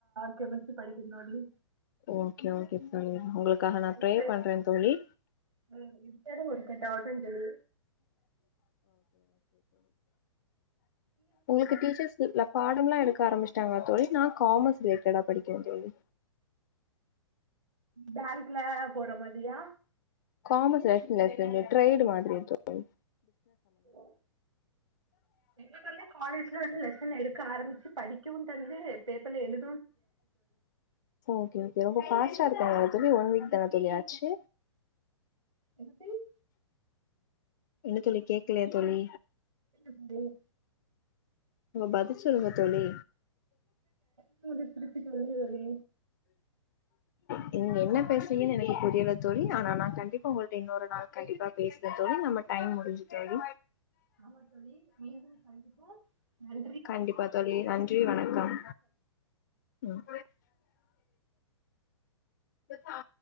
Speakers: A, on the right; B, on the left.
A: கெமஸ்டி படிக்க தோழி
B: ஓகே ஒகே தோழி உங்ளுக்காக நா
A: இது
B: ப்ரே பண்றே தோழி
A: ம் இருந்தாலு ஒர்க்கோட் அவுதா தோழி
B: உங்ளுக்கு டீச்சர்ஸ் இர்ல பாட் டம்லா எடுக்க ஆரமிச்டாங்களா தோழி நா காமர்ஸ் ரிலேட்டடா படிக்க தோழி
A: பேங்க்ல போற மாதியா
B: காமர்ஸ் <unintelligible> இந்த ட்ரேட் மாதிரி தோழி
A: ஒ எங்க சொல்லுற காலேஜ்ல வந்து லெஸ் சன் எடுக்க ஆரம்பிச்சு படிக்கவு தந்து பேப்பர்ல எழு
B: ஆ ஓகே ஓகே ரொம்ப ஃபாஸ்ட்டா இருக்காங் தோழி ஒன் வீக் தான தோழி ஆச்சு
A: எனிதிங்
B: என்ன தோழி கேகலயா தோழி
A: ம்
B: நீங்க பதிச்சொல்லுங்க தோழி
A: சொன்னத திருப்பி சொல்லுங்க தோழி
B: நீங்க என்ன பேசுறீங்கன்னு எனனைக்கு புரியல தோழி ஆனா நா கண்டிப்பா உங்கள்கிட்ட இன்னொரு நாள் கண்டிப்பா பேச தோ தோழி நம்ம டைம் முடிஞ்சு தோழி
A: ஆமா தோழி மீண்டும் சந்திப்போம் நன்
B: கண்டிப்பா தோழி நன்றி வணக்கம் உம் தத்தா